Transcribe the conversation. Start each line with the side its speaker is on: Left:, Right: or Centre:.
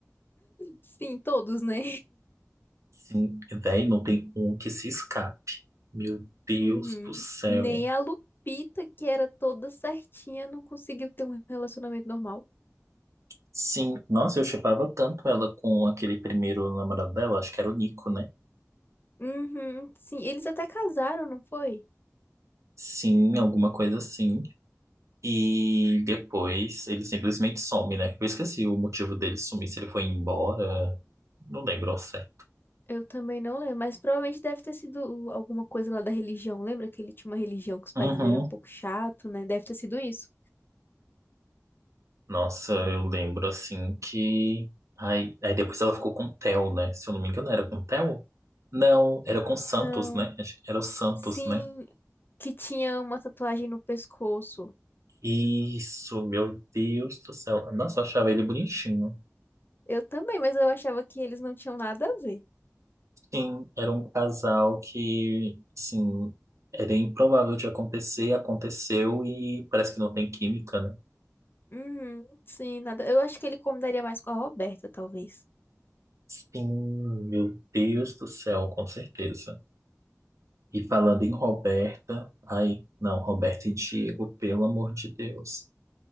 Left: Sim, todos, né?
Right: Sim, véi, não tem um que se escape. Meu Deus
Left: Uhum.
Right: do céu.
Left: Nem a Lupita, que era toda certinha, não conseguiu ter um relacionamento normal.
Right: Sim, nossa, eu chipava tanto ela com aquele primeiro namorado dela, acho que era o Nico, né?
Left: Uhum, sim, eles até casaram, não foi?
Right: Sim, alguma coisa assim. E depois ele simplesmente some, né? Eu esqueci o motivo dele sumir, se ele foi embora. Não lembro ao certo.
Left: Eu também não lembro, mas provavelmente deve ter sido alguma coisa lá da religião. Lembra que ele tinha uma religião que os pais
Right: Uhum.
Left: dele eram um pouco chato, né? Deve ter sido isso.
Right: Nossa, eu lembro assim que. Ai, aí depois ela ficou com o Theo, né? Se eu não me engano, era com o Theo? Não, era com o Santos,
Left: Não.
Right: né? Acho que Era o Santos,
Left: Sim,
Right: né?
Left: que tinha uma tatuagem no pescoço.
Right: Isso, meu Deus do céu. Nossa, eu achava ele bonitinho.
Left: Eu também, mas eu achava que eles não tinham nada a ver.
Right: Sim, era um casal que, assim, era improvável de acontecer, aconteceu e parece que não tem química, né?
Left: Uhum, sim, nada. Eu acho que ele combinaria mais com a Roberta, talvez.
Right: Sim, meu Deus do céu, com certeza. E falando em Roberta, ai, não, Roberta e Diego, pelo amor de Deus.